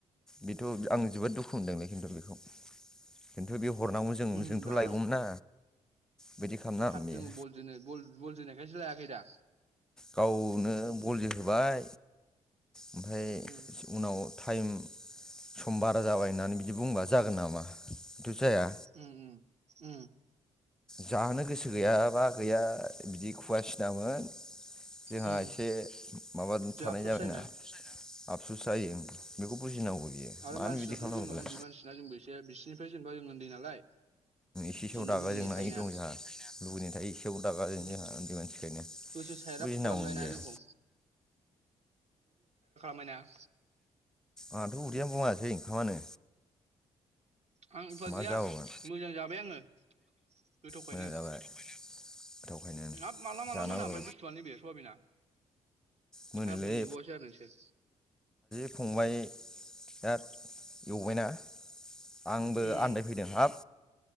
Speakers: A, in the centre; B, on the right.
A: बेथ' आं जोबोद दुखु मोनदोंलै खिन्थु बेखौ। इन्थारबिउ हरनांगौ जों
B: होमबा
A: जोंथ' लायगौमोन ना बिदि खालामनाङामोन
B: हाब
A: बेयो
B: जोङो बल जोनो बल बल जोनायखायसो लायाखै दा
A: गावनो
B: उम
A: बल जोहोबाय ओमफ्राय
B: उम
A: उनाव टाइम सम बारा जाबाय होननानै बिदि बुंबा जागोन नामा बेथ' जाया
B: उ-उ उम
A: जाहोनो गोसो गैयाबा गैया बिदि खुवासिनामोन जोंहा
B: उम
A: एसे माबा
B: जोंहा
A: थानाय
B: आफस'स
A: जाबायना
B: जायोना
A: आफबसुस जायो बेखौ बुजिनांगौ बियो
B: आरो
A: मानो
B: मानसिनावथ'
A: बिदि खालामनांगौ
B: जोंनाव
A: बेलाय
B: उन्दै मानसिना जोंबो एसे बिसिनिफ्राय जेनेबा जों उन्दै नालाय
A: एसे समआव
B: जोंनाव
A: दागा
B: लुगैनाय
A: जोंनानै
B: थायोना
A: दं जोंहा लुबै थायो एसेयाव रागा जों
B: उम
A: जोंहा उन्दै मानसिखायनो
B: गोसो सायराब
A: बुजिनांगौ
B: खालामनाय ना
A: बेयो
B: जोंखौ बायना
A: आंहाथ' उदैआ बुङासै ओंखामानो
B: आं उफाय
A: मा
B: गैया
A: जाबावगोन
B: मोजां जाबाय आङो गोथावखायनो
A: मोजां जाबाय गोथावखायनो
B: हाब माला-
A: जानांगौ
B: माला मोना ओमफ्राय बुस्थुआनो बे सयाबिना
A: मोनोलै
B: आंखौ नेबावासै आरो नोंसोर
A: फंबबाय बिराद एवबायना आंबो
B: उम
A: आन्दायफैदों हाब